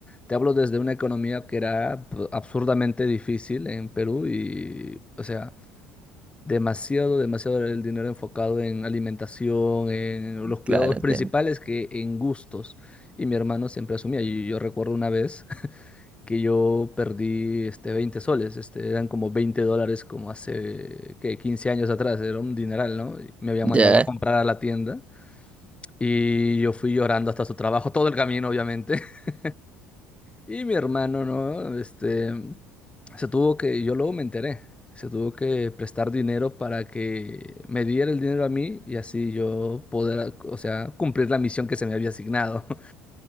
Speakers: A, on the left (about 20°); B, on the right (about 20°).
A: te hablo desde una economía que era p- absurdamente difícil en Perú y, o sea, demasiado, demasiado era el dinero enfocado en alimentación, en los cuidados
B: claro,
A: principales
B: entiendo.
A: que en gustos. Y mi hermano siempre asumía. Y yo recuerdo una vez que yo perdí este 20 soles, este, eran como 20 dólares como hace, ¿qué? 15 años atrás, era un dineral, ¿no? Y me habían mandado
B: Ya.
A: a comprar a la tienda y yo fui llorando hasta su trabajo, todo el camino, obviamente. <laughs> Y mi hermano, ¿no? Este, se tuvo que, yo luego me enteré, se tuvo que prestar dinero para que me diera el dinero a mí y así yo poder, o sea, cumplir la misión que se me había asignado. <laughs>